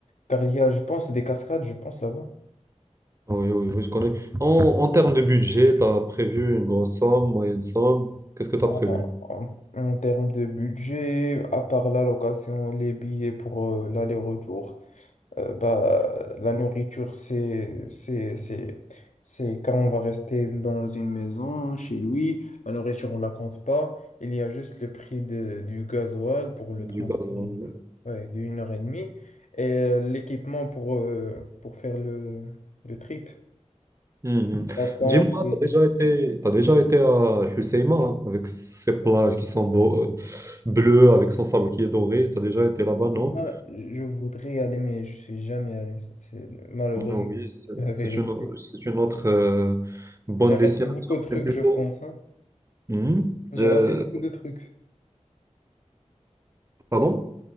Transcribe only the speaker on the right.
oui, oui, oui, je connais. En, en termes de budget, tu as prévu une grosse somme, moyenne somme. Qu'est-ce que tu
as prévu?
Du gaz, oui.
Mhm.
Dis-moi,
t'as déjà été, t'as déjà été à Husseima hein, avec ses plages qui sont do- euh, bleues, avec son sable qui est doré. T'as déjà été là-bas, non?
Non,
Oui, c'est
c'est
une, c'est une autre euh, bonne
destination,
mais plutôt.
Mhm.
Euh,
pardon?